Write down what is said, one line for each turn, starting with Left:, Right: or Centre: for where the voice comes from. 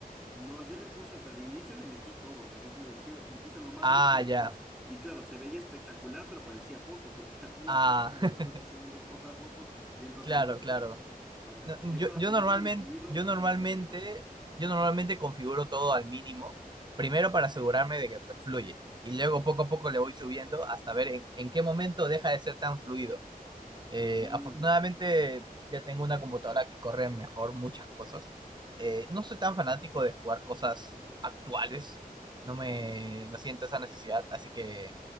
Centre: No, yo le puse, o sea, de inicio le metí todo, o sea, como te digo, quiero, le puse lo más
Right: Ah,
Centre: alto de
Right: ya.
Centre: todo. Y claro, se veía espectacular, pero parecía foto, porque era una
Right: Ah,
Centre: foto y después
Right: <laughs>
Centre: de otros segundos otra foto, y entonces
Right: claro,
Centre: no.
Right: claro.
Centre: Ajá,
Right: No,
Centre: de ahí
Right: yo,
Centre: para
Right: yo
Centre: jugar
Right: normalmente,
Centre: medio fluido
Right: yo
Centre: me tocó
Right: normalmente,
Centre: bajarle todo.
Right: yo normalmente configuro todo al mínimo, primero para asegurarme de que pues, fluye. Y luego poco a poco le voy subiendo hasta ver en, en qué momento deja de ser tan fluido. Eh,
Centre: Mm,
Right: afortunadamente ya tengo una computadora que corre mejor muchas cosas. Eh, no soy tan fanático de jugar cosas actuales, no me
Centre: bien.
Right: no siento esa necesidad, así que